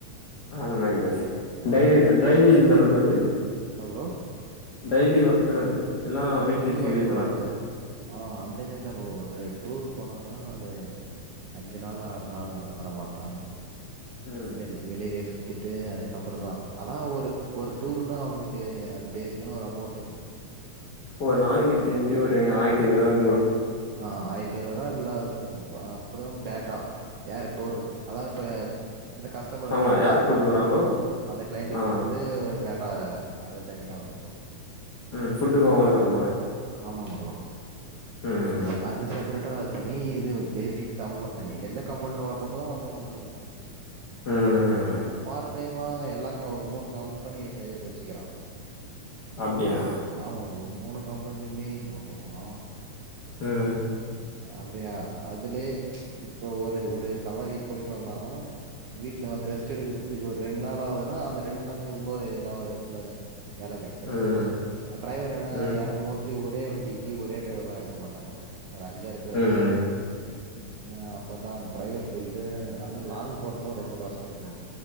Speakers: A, on the left (about 65°); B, on the right (about 75°).
A: ஆ அந்த மாதிரி பஸ்
B: ஆமா
A: டைலி டெய்லி இதுதான்ன ப்ரோ அது
B: என்ன ப்ரோ
A: டெய்லி ஒர்க் தான அது இல்லனா
B: டெய்லி
A: வீக்லி த்ரீ
B: ஒர்க்லா
A: டேஸ் அந்த
B: இல்ல
A: மாரியா
B: ஆ அந்த மேரிதா ப்ரோ ஒரு டூர் போனனா ஒரு அஞ்சு நாள் ஆறு நாள் அ வரமாட்டா
A: ம்
B: வெளி வெளிலே சுத்திட்டு அதுக்கப்பற தா அதா ஒரு ஒரு டூருன்னா அவனுக்கு அது பேசிக்கான ஒரு அமௌண்ட்
A: ஒரு நாளைக்கு எனக்கு தெரிஞ்சு ஒரு ஆயிரத்து ஐநூறுவா இருக்கு ப்ரோ
B: ஆ ஆயிரத்தி ஐநூறு ரூபா இல்ல அப்றோம் பேட்டா யாரு டூர் அதா இப்ப என கஷ்டமரு
A: ஆமா
B: கூட்டுனு
A: யாரு
B: போறாங்கள
A: கூட்டு போறாங்களோ
B: அந்த கிளைண்டு
A: ஆ
B: கிட்ட வந்து பே ட்டா அது தனியா வந்துடு
A: ம் ஃபுட்டுக்கு அவங்களே பாத்துக்குவாங்க
B: ஆமா ப்ரோ
A: ம்
B: அது அது செப்ரேட்டா அது தனி இது பேசிக்ஸ் சம்பளம் தனி எந்த கம்பெனில ஓட்டுறதோ அந்த கம்பெனில
A: ம் ம் ம்
B: பார்ட் டைமா எல்லாக்க ஒரு மூணு கம்பெனி டைய யப் வச்சுக்கிறா மூணு
A: அப்டியா
B: ஆமா ப்ரோ மூணு கம்பெனிலுமே ஓட்டுவோ
A: ம்
B: அப்டியா அதுலே இப்போ ஒரு ஒரு சவாரி போயிட்டு வந்தனா வீட்ல வந்து ரெஸ்ட் எடுக்கறதுக்கு ஒரு ரெண்டு நாள் ஆகுதுன்னா அந்த ரெண்டு நாள்ல இன்னொரு எதுனா ஒரு இடத்துல வேல கெடச்சிரு
A: ம்
B: டிரரைவர் ஏன்னா
A: ம்
B: யாரும் மோஸ்ட்லி ஒரே வண்டிக்கி ஒரே டிரைவர்லா இருக்க மாட்டாங்க ஒரு அஞ்சாறு பேராச்சு
A: ம்
B: இருப் ஏன்னா அப்பதா டிரைவர் ஃபீல்டு அதுவு லாங் போறதல ரொம்ப கஷ் டோ ப்ரோ